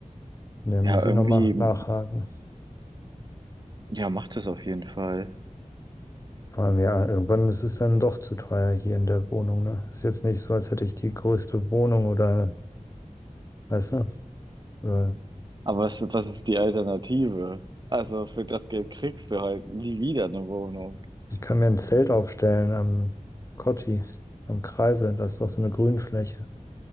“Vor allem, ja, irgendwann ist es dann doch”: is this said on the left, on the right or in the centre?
Left